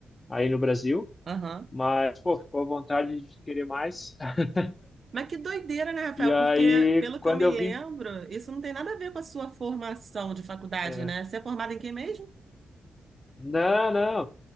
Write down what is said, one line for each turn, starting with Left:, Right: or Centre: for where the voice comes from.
Left: aí no Brasil,
Right: Aham.
Left: mas, pô, ficou à vontade de querer mais. <laughs>
Right: Mas que doideira, né, Rafael?
Left: E aí,
Right: Porque, pelo
Left: quando
Right: que eu me
Left: eu
Right: lembro,
Left: vim,
Right: isso não tem nada a ver com a sua formação de faculdade,
Left: eh,
Right: né? Você é formado em quem mesmo?
Left: não, não,